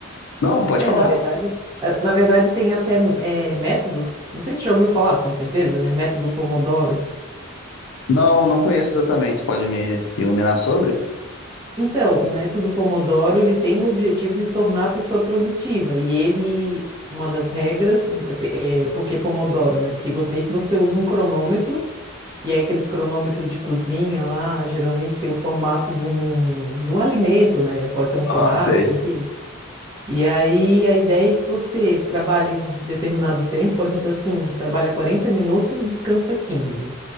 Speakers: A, on the left; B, on the right.
A: Não, pode
B: é,
A: falar.
B: na verdade, é, na verdade tem até é, métodos. Não sei se você já ouviu falar, com certeza, né? Método Pomodoro.
A: Não, não conheço exatamente. Você pode me iluminar sobre?
B: Então, o método Pomodoro, ele tem o objetivo de tornar a pessoa produtiva e ele Uma das regras, é, é, porque Pomodoro, né? Porque você, meio que você usa um cronômetro E aí aqueles cronômetros de cozinha lá, geralmente tem o formato de um, de um alimento, né? Pode ser um tomate,
A: Ah, sei.
B: enfim. E aí a ideia é que você trabalhe um determinado tempo, por exemplo, assim, trabalha 40 minutos, descansa 15.